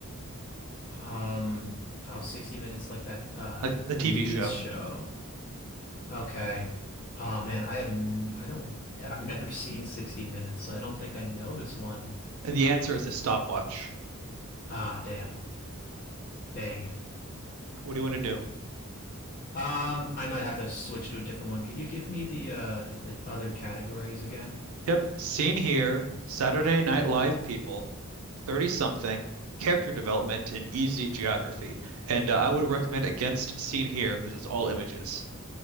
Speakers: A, on the left; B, on the right.
A: Um, oh, 60 Minutes like that uh
B: like the TV
A: news
B: show.
A: show. Okay. Oh, man. I have, n I don't, I've never seen 60 Minutes. So I don't think I know this one.
B: And the answer is a stopwatch.
A: Ah, damn. Dang.
B: What do you want to do?
A: Um, I might have to switch to a different one. Could you give me the uh the other categories again?
B: Yep, seen here, Saturday Night Live people 30 something, character development, and easy geography. And uh, I would recommend Against Seen Here because it's all images.